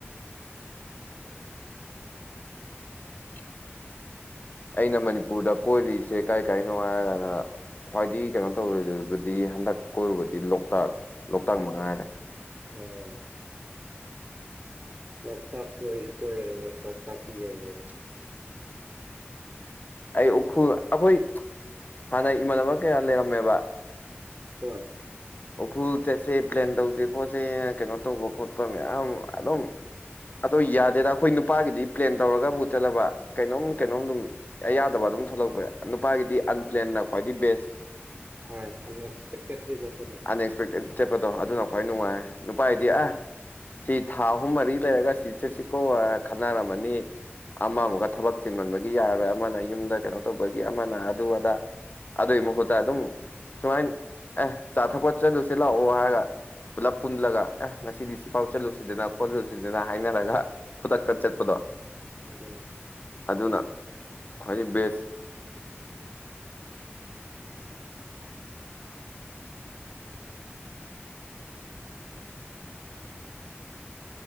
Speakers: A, on the left; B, on the right.
A: <inaudible> ꯑꯩꯅ ꯃꯅꯤꯄꯨꯔꯗ ꯀꯣꯏꯔꯤꯁꯦ ꯀꯥꯏ ꯀꯥꯏꯅꯣ ꯍꯥꯏꯔꯒꯅ ꯈ꯭ꯋꯥꯏꯗꯒꯤ ꯀꯩꯅꯣ ꯇꯧꯔꯨꯕꯗꯤ ꯍꯟꯗꯛ ꯀꯣꯏꯔꯨꯕꯗꯤ ꯂꯣꯛꯇꯥꯛ ꯂꯣꯛꯇꯥꯛ ꯃꯉꯥꯏꯔꯦ
B: ꯎꯝ ꯂꯣꯛꯇꯥꯛꯁꯨ ꯑꯩꯁꯨ ꯀꯣꯏꯔꯨꯔꯦ ꯂꯣꯛꯇꯥꯛꯇꯤ ꯌꯧꯔꯨꯔ
A: ꯑꯩ ꯎꯈ꯭ꯔꯨꯜ ꯑꯩꯈꯣꯏ ꯍꯥꯟꯅ ꯏꯃꯥꯟꯅꯕ ꯀꯌꯥ ꯂꯩꯔꯝꯃꯦꯕ
B: ꯍꯣꯏ
A: ꯎꯈ꯭ꯔꯨꯜ ꯆꯠꯁꯦ ꯄ꯭ꯂꯦꯟ ꯇꯧꯁꯦ ꯈꯣꯠꯁꯦ ꯀꯩꯅꯣ ꯇꯧꯕ ꯈꯣꯠꯄ ꯃꯌꯥꯝ ꯑꯗꯨꯝ ꯑꯗꯣ ꯌꯥꯗꯦꯗ ꯑꯩꯈꯣꯏ ꯅꯨꯄꯥꯒꯤꯗꯤ ꯄ꯭ꯂꯦꯟ ꯇꯧꯔꯒꯕꯨ ꯆꯠꯂꯕ ꯀꯩꯅꯣꯝ ꯀꯩꯅꯣꯝ ꯑꯗꯨꯝ ꯌꯥꯗꯕ ꯑꯗꯨꯝ ꯊꯣꯛꯂꯛꯄ ꯌꯥ ꯅꯨꯄꯥꯒꯤꯗꯤ ꯑꯟꯄ꯭ꯂꯦꯟꯅ ꯈ꯭ꯋꯥꯏꯗꯒꯤ ꯕꯦꯁ
B: ꯍꯣꯢ ꯑꯟꯑꯦꯛꯁꯄꯦꯛꯇꯦꯠꯇ ꯆꯠ
A: ꯑꯟꯑꯛꯁꯄꯦꯛꯇꯦꯠ ꯆꯠꯄꯗꯣ ꯑꯗꯨꯅ ꯈ꯭ꯋꯥꯏ ꯅꯨꯡꯉꯥꯏ ꯅꯨꯄꯥꯗꯤ
B: ꯎꯝ
A: ꯑ ꯁꯤ ꯊꯥ ꯑꯍꯨꯝ ꯃꯔꯤ ꯂꯩꯔꯒ ꯁꯤ ꯆꯠꯁꯤꯀꯣ ꯈꯟꯅꯔꯝꯃꯅꯤ ꯑꯃ ꯑꯃꯨꯒ
B: ꯎꯝ
A: ꯊꯕꯛ ꯆꯤꯟ ꯃꯕ ꯌꯥꯔꯔꯣꯏ ꯑꯃꯅ ꯌꯨꯝꯗ ꯀꯩꯅꯣ ꯇꯧꯕꯒꯤ ꯑꯃꯅ ꯑꯗꯨ ꯑꯗꯥ ꯑꯗꯨꯒꯤ ꯃꯍꯨꯠꯇ ꯑꯗꯨꯝ ꯁꯨꯃꯥꯏꯅ ꯑꯦ ꯆꯥꯊꯛꯄꯣꯠ ꯆꯂꯁꯤ ꯂꯥꯛꯑꯣ ꯍꯥꯏꯔꯒ ꯄꯨꯂꯞ ꯄꯨꯜꯂꯒ ꯑꯦ ꯉꯁꯤꯗꯤ ꯁꯤ ꯄꯥꯎ ꯆꯠꯂꯨꯁꯤꯗꯅ ꯈꯣꯠꯂꯨꯁꯤꯗꯅ ꯍꯥꯏꯅꯔꯒ ꯈꯨꯗꯛꯇ ꯆꯠꯄꯗꯣ
B: ꯑꯗꯨꯅꯦ
A: ꯑꯗꯨꯅ ꯈ꯭ꯋꯥꯏꯗꯒꯤ ꯕꯦꯁ <unintelligible>
B: <unintelligible>